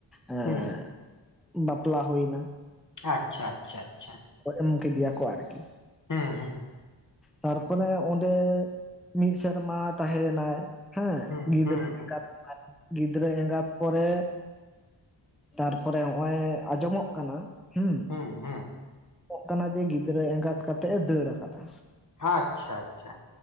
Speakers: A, in the centre; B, on the left.
A: ᱮᱸ
B: ᱦᱩᱸ
A: ᱵᱟᱯᱞᱟ ᱦᱩᱭᱮᱱᱟ᱾
B: ᱟᱪᱷᱟ ᱟᱪᱷᱟ ᱟᱪᱷᱟ,
A: ᱮᱢ ᱠᱮᱫᱮᱭᱟᱠᱚ ᱟᱨᱠᱤ,
B: ᱦᱮᱸ ᱦᱮᱸ
A: ᱛᱟᱨᱯᱚᱨᱮ ᱚᱸᱰᱮ ᱢᱤᱫ ᱥᱮᱨᱢᱟ ᱛᱟᱦᱮᱸ ᱮᱱᱟᱭ, ᱦᱮᱸ
B: ᱦᱩᱸ
A: ᱜᱤᱫᱽᱨᱟᱹ
B: ᱦᱩᱸ ᱦᱩᱸ
A: ᱮᱸᱜᱟᱛ ᱜᱤᱫᱽᱨᱟᱹ ᱮᱸᱜᱟᱛ ᱯᱚᱨᱮ ᱛᱟᱨᱯᱚᱨᱮ ᱱᱚᱜ-ᱚᱭ ᱟᱸᱡᱚᱢᱚᱜ ᱠᱟᱱᱟ ᱦᱩᱸ
B: ᱦᱩᱸ ᱦᱩᱸ
A: ᱟᱡᱚᱢᱜ ᱠᱟᱱᱟ ᱡᱮ ᱜᱤᱫᱽᱨᱟᱹ ᱮᱸᱜᱟᱛ ᱠᱟᱛᱮᱜ ᱮ ᱫᱟᱹᱲ ᱟᱠᱟᱫᱟ᱾
B: ᱟᱪᱷᱟ ᱟᱪᱷᱟ,